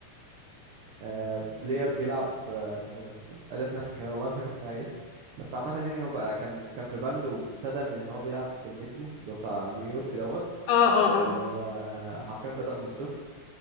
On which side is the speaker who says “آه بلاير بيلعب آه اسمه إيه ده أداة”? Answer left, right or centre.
Right